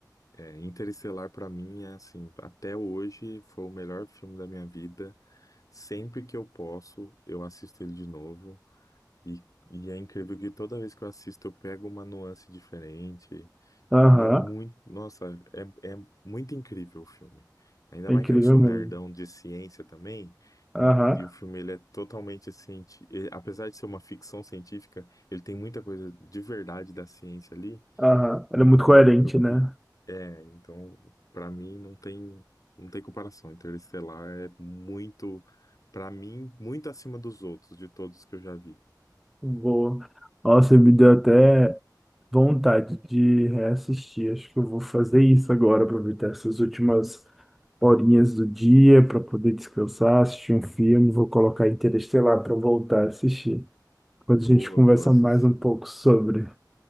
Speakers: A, on the left; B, in the centre.
A: é, Interestelar, pra mim, é assim, até hoje foi o melhor filme da minha vida. Sempre que eu posso, eu assisto ele de novo. E, e é incrível que toda vez que eu assisto, eu pego uma nuance diferente.
B: Aham,
A: E é muito, nossa, é, é muito incrível o filme. Ainda
B: é
A: mais
B: incrível
A: que eu sou
B: mesmo.
A: nerdão de ciência também.
B: Aham.
A: E, e o filme ele é totalmente científico. Apesar de ser uma ficção científica, ele tem muita coisa de verdade da ciência ali.
B: Aham, Era
A: Então
B: muito coerente,
A: eu, eu pi-
B: né?
A: é, então para mim não tem não tem comparação. Então, Interestelar é muito para mim muito acima dos outros, de todos que eu já vi.
B: Boa. Nossa, me deu até vontade de reassistir. Acho que eu vou fazer isso agora, aproveitar essas últimas horinhas do dia para poder descansar, assistir um filme. Vou colocar Interestelar para voltar a assistir. Depois a gente
A: Boa,
B: conversa
A: boa, sim,
B: mais
A: sim.
B: um pouco sobre. <laughs>